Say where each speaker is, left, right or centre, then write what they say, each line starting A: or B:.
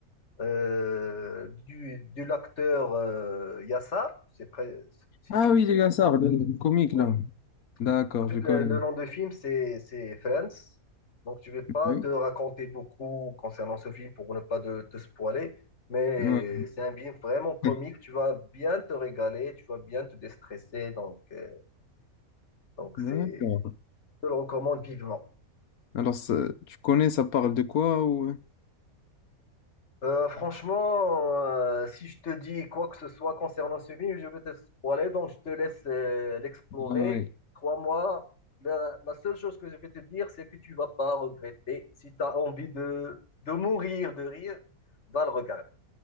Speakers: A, on the left (about 50°); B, on the left (about 80°).
A: euh, du, de l'acteur euh, Yassa, c'est près, si
B: Ah
A: tu le
B: oui, les Gassard, le le comique,
A: connais.
B: là. D'accord,
A: En fait,
B: je le connais.
A: le, le nom de film, c'est c'est Friends. Donc, je ne vais pas
B: Oui.
A: te raconter beaucoup concernant ce film pour ne pas te, te spoiler, mais
B: Ouais.
A: c'est un film vraiment comique.
B: <laughs>
A: Tu vas bien te régaler, tu vas bien te déstresser. Donc, euh, donc
B: D'accord.
A: c'est, je te le recommande vivement.
B: Alors, ça- tu connais, ça parle de quoi ou...
A: Euh, franchement, euh, si je te dis quoi que ce soit concernant ce film, je vais te spoiler, donc je te laisse euh, l'explorer.
B: Ah ouais.
A: Crois-moi, la, la seule chose que je vais te dire, c'est que tu vas pas regretter. Si tu as envie de, de mourir de rire, va le regarder.